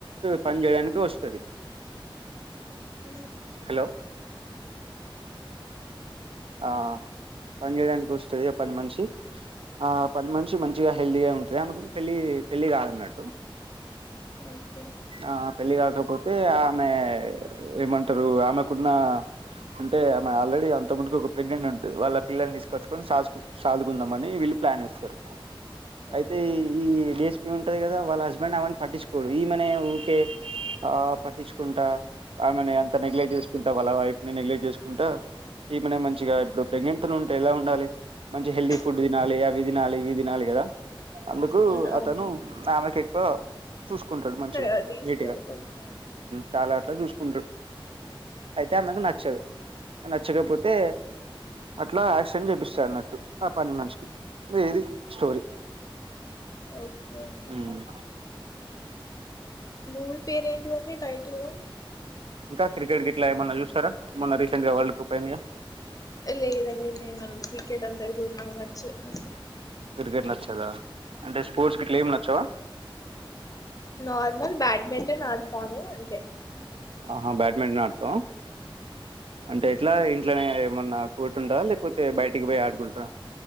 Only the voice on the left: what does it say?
అ
ఓకే
ఓకే
అవును
ఉమ్,
అవును
ప్రయారిటీ ఇస్తాడు
ఓకే
ఓకే అండి
మూవీ పేరేంటిదండి టైటిల్
లేదండీ నేను క్రికెట్ అంత జూడను నాక్ నచ్చ అంతే
నార్మల్ బ్యాడ్మింటన్ ఆడుతాను అంతె